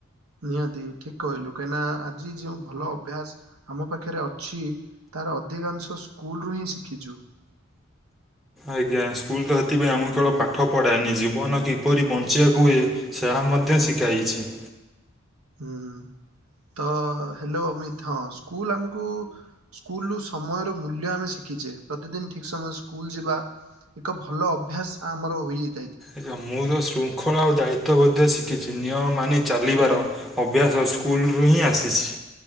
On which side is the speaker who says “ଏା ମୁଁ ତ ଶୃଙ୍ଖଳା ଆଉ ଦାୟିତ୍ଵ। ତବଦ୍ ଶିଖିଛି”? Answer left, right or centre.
Centre